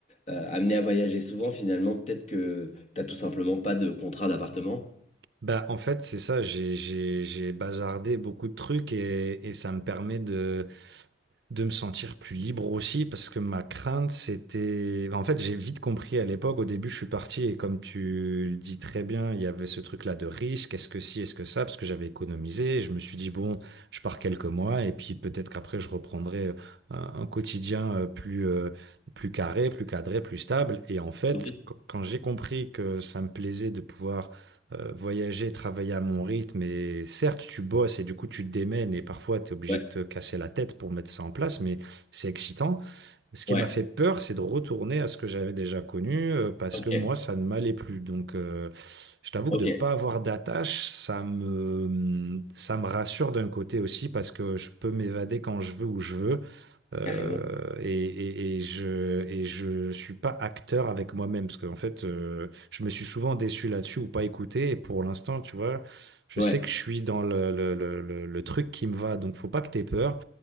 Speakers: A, on the left; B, on the right.
A: euh, amené à voyager souvent, finalement, peut-être que t'as tout simplement pas de contrat d'appartement.
B: bah en fait, c'est ça. J'ai, j'ai, j'ai bazardé beaucoup de trucs et, et ça me permet de. de me sentir plus libre aussi, parce que ma crainte, c'était... enfin, En fait, j'ai vite compris à l'époque, au début, je suis parti, et comme tu le dis très bien, il y avait ce truc-là de risque, est-ce que si, est-ce que ça, parce que j'avais économisé, et je me suis dit, bon, je pars quelques mois, et puis peut-être qu'après, je reprendrai euh, un, un quotidien euh, plus, euh, plus carré, plus cadré, plus stable. Et en fait,
A: Oui.
B: qu- quand j'ai compris que ça me plaisait de pouvoir euh, voyager, travailler à mon rythme. Et certes, tu bosses et du coup, tu te démènes et parfois, tu es obligé
A: Ouais,
B: de te casser la tête pour mettre ça en place, mais c'est excitant. Ce qui
A: ouais,
B: m'a fait peur, c'est de retourner à ce que j'avais déjà connu euh, parce
A: ok,
B: que moi, ça ne m'allait plus. Donc, euh, je t'avoue
A: ok,
B: que de ne pas avoir d'attache, ça me, mm, ça me rassure d'un côté aussi parce que je peux m'évader quand je veux, où je veux. Euh,
A: carrément.
B: et, et, et je et je suis pas acteur avec moi-même parce qu'en fait, euh, je me suis souvent déçu là-dessus ou pas écouté. Et pour l'instant, tu vois, je
A: Ouais,
B: sais que je suis dans le, le, le, le- le truc qui me va. Donc, faut pas que tu aies peur.